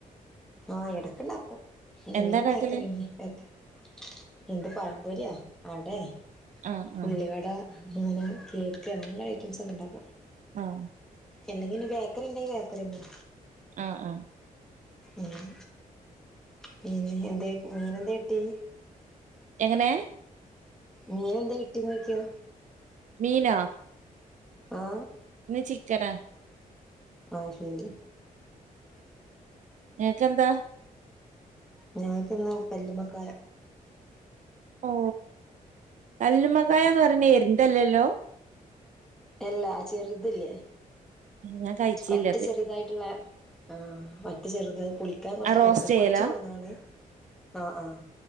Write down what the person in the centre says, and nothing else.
ആഹ ഇടക്ക ഇണ്ടാക്കുംല്ലെങ്കി
ബേക്കറിന്നെ ബേക്കറി എന്ത് പറഴമ്പര്യാ അടെേ
പുല്ലിവട
അങ്ങനെ കേക്ക് അങ്ങനുള്ള ഐറ്റംസ് ഒക്കെ ഇണ്ടപ്പ
അല്ലെങ്കി ബേക്കറി ഉണ്ടെങ്ക ബേക്കറിന്ന്
ഉം പിന്നെ എന്ത മീനെന്ത കട്ടി
മീന എന്താ കിട്ടീന്ന് നോക്കിയ
ആഹ
ആ ശരി
ഞൻക്കന്ന പല്ലുമക്ക
അല്ലാ ചെറുതല്ലേ
പറ്റ ചെറുതായിട്ടുള്ള ആഹ മറ്റ ചെറുതത് കുളിക്കാൻ കുറച്ച്
പണ അത്
കുളിച്ചു കൊടുന്നതാണ് ആ ആഹ്